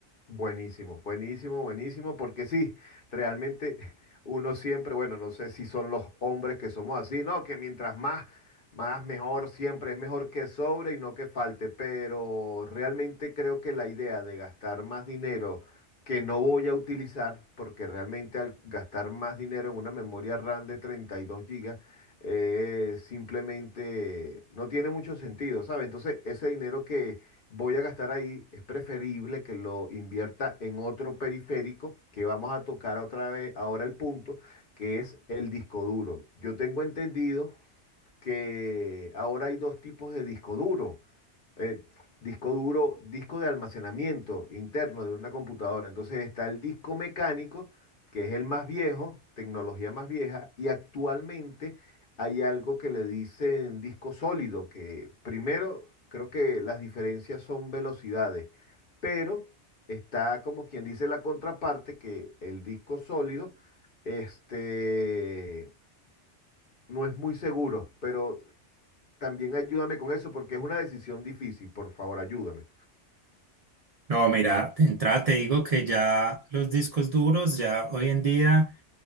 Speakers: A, on the left; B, on the right.
A: Buenísimo, buenísimo, buenísimo, porque sí, realmente <laughs> uno siempre, bueno, no sé si son los hombres que somos así, no, que mientras más, más mejor siempre, es mejor que sobre y no que falte, pero realmente creo que la idea de gastar más dinero que no voy a utilizar, porque realmente al gastar más dinero en una memoria RAM de 32 gigas, eh, simplemente no tiene mucho sentido, ¿sabes? Entonces, ese dinero que voy a gastar ahí, es preferible que lo invierta en otro periférico que vamos a tocar otra vez ahora el punto, que es el disco duro. Yo tengo entendido que ahora hay dos tipos de disco duro. Eh, disco duro, disco de almacenamiento interno de una computadora. Entonces está el disco mecánico, que es el más viejo, tecnología más vieja, y actualmente hay algo que le dicen disco sólido, que primero creo que las diferencias son velocidades, pero está como quien dice la contraparte, que el disco sólido, este no es muy seguro, pero también ayúdame con eso porque es una decisión difícil, por favor, ayúdame.
B: No, mira, de entrada te digo que ya los discos duros, ya hoy en día...